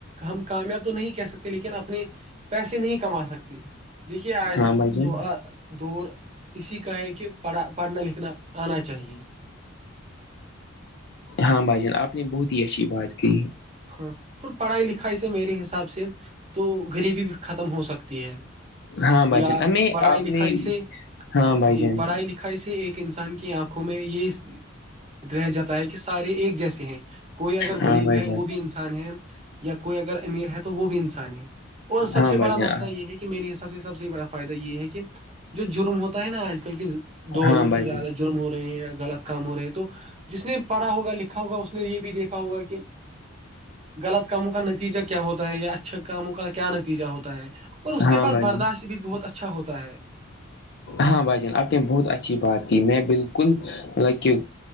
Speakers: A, on the right; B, on the left.
A: ہم کامیاب تو نہیں کہہ سکتے لیکن اپنے پیسے نہیں کما سکتے دیکھیے آج
B: ہاں بھائی جان
A: تو دور اسی کا ہے کہ پڑھا پڑھنا لکھنا آنا چاہیے
B: ہاں بھائی جان آپ نے بہت ہی اچھی بات کی
A: ہاں اور پڑھائی لکھائی سے میرے حساب سے تو غریبی بھی ختم ہو سکتی ہے
B: ہاں بھائی
A: یا
B: جان ہمیں
A: پڑھائی
B: آپ
A: لکھائی
B: نے
A: سے
B: ہاں بھائی
A: جی
B: جان
A: پڑھائی لکھائی سے ایک انسان کی آنکھوں میں یہ رہ جاتا ہے کہ سارے ایک جیسے ہیں کوئی اگر
B: ہاں
A: غریب
B: بھائی
A: ہے
B: جان
A: وہ بھی انسان ہے یا کوئی اگر امیر ہے تو وہ بھی انسان ہے اور سب
B: ہاں
A: سے
B: بھائی
A: بڑا
B: جان
A: مسئلہ یہ ہے کہ میرے حساب سے سب سے بڑا فائدہ یہ ہے کہ جو جرم ہوتا ہے نا آج کل کے دور
B: ہاں
A: میں
B: بھائی
A: تو زیادہ
B: جان
A: جرم ہو رہے ہیں یا غلط کام ہو رہے ہیں تو جس نے پڑھا ہوگا لکھا ہوگا اس نے یہ بھی دیکھا ہوگا کہ غلط کاموں کا نتیجہ کیا ہوتا ہے یا اچھا کاموں کا کیا نتیجہ ہوتا ہے اور اس
B: ہاں
A: کے پاس
B: بھائی
A: برداشت
B: جان
A: بھی بہت اچھا ہوتا ہے
B: ہاں بھائی جان آپ نے بہت اچھی بات کی میں باطللب کہ